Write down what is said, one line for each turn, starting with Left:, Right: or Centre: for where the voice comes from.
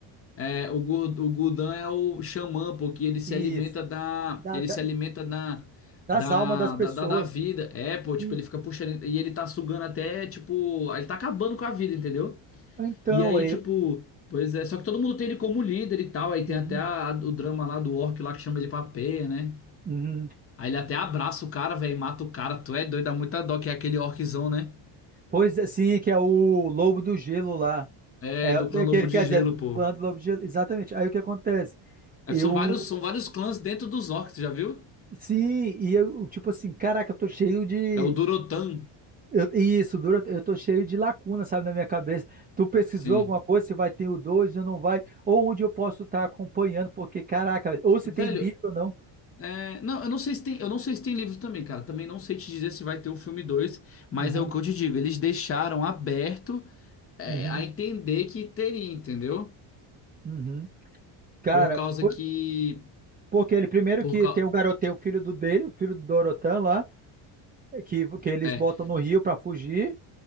Left: É, o, Gur- o Gurdan é o xamã, porque ele se
Right: Isso.
Left: alimenta da.
Right: Da-
Left: Ele
Right: da-
Left: se alimenta da.
Right: das
Left: Da,
Right: almas das pessoas.
Left: da, da, da vida. É, pô, tipo,
Right: E-
Left: ele fica puxando. E ele tá sugando até, tipo. Ele tá acabando com a vida, entendeu?
Right: então,
Left: E aí,
Right: eu.
Left: tipo. Pois é, só que todo mundo tem ele como líder e tal. Aí tem
Right: Uhum.
Left: até a- a- o drama lá do Orc lá que chama ele pra peia, né?
Right: Uhum.
Left: Aí ele até abraça o cara, velho, e mata o cara. Tu é doido, dá muita dó, que é aquele orczão, né?
Right: Pois é, sim, que é o Lobo do Gelo lá.
Left: É,
Right: É, é
Left: do clã Lobo
Right: que ele
Left: de
Right: quer
Left: Gelo,
Right: dizer, do
Left: pô.
Right: clã do Lobo do Gelo. Exatamente. Aí o que acontece?
Left: É,
Right: Eu,
Left: são vários, são vários clãs dentro dos orcs, já viu?
Right: sim, e eu, tipo assim, caraca, eu tô cheio de.
Left: É o Durotan,
Right: eu- isso, dura, eu tô cheio de lacuna, sabe, na minha cabeça. Tu pesquisou
Left: sim.
Right: alguma coisa, se vai ter o 2 ou não vai, ou onde eu posso estar acompanhando, porque, caraca, velho, ou se
Left: Velho,
Right: tem livro ou não.
Left: é, não, eu não sei se tem, eu não sei se tem livro também, cara. Também não sei te dizer se vai ter o filme dois mas
Right: Uhum,
Left: é o que eu te digo, eles deixaram aberto, é,
Right: uhum,
Left: a entender que teria, entendeu?
Right: uhum. Cara,
Left: Por causa
Right: por-
Left: que,
Right: porque ele primeiro
Left: por
Right: que
Left: cau-
Right: tem o garoto, tem o filho do dele, o filho do Dorotan lá, que, que eles
Left: é,
Right: botam no rio pra fugir.